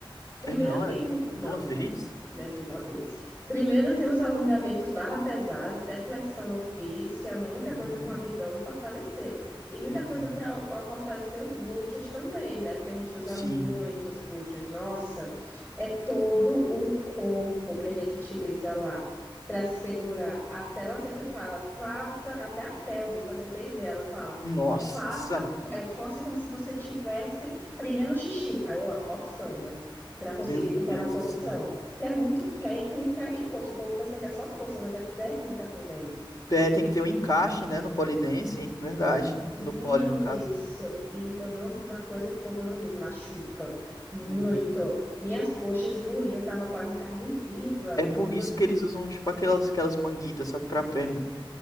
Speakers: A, on the left; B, on the left.
A: Primeiro
B: É não,
A: tem.
B: é
A: um,
B: de
A: Não,
B: uma vez?
A: né, né, de uma vez. Primeiro tem os alongamentos barra pesada, até flexão eu fiz, tinha muita
B: Uhum.
A: coisa com o abdômen fortalecer. E muita
B: Uhum.
A: coisa para fortalecer os glúteos também, né? Porque a gente usa
B: Sim.
A: muito os glúteos. Nossa, é todo o corpo que a gente utiliza lá para se segurar. Até ela sempre fala, faça, até a pelvis, para você ter ideia, ela fala,
B: Nossa,
A: faça, é, force como se você tivesse prendendo xixi. Aí eu lá, forçando para conseguir
B: meu
A: ficar
B: Deus
A: na posição.
B: do céu.
A: Que é muito técnica e força. O povo pensa que é só força, mas é técnica também.
B: Pé tem que ter um encaixe, né, no polidense, verdade.
A: Isso.
B: No pole, no caso.
A: E eu não, uma coisa que o povo não diz, machuca muito.
B: Uhum.
A: Minhas coxas doíam, eu estava quase em carne viva,
B: É
A: porque
B: por isso que eles usam, tipo, aquelas, aquelas manguitas, só que pra perna.